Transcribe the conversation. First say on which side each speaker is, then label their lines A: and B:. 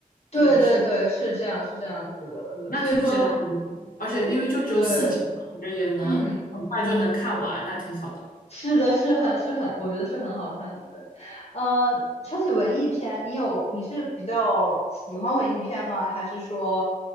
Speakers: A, on the left; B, on the left.
A: 对对对，
B: 对是，
A: 是这样是这样子的，
B: 嗯那听起来还不错，
A: 对，所以说
B: 而且因为就只有四集嘛，
A: 对，
B: 感觉也能很快就能看完，
A: 嗯。
B: 那挺好的。
A: 是的，是很是很，我觉得是很好看的。对，呃，说起文艺片，你有你是比较喜欢文艺片吗？还是说，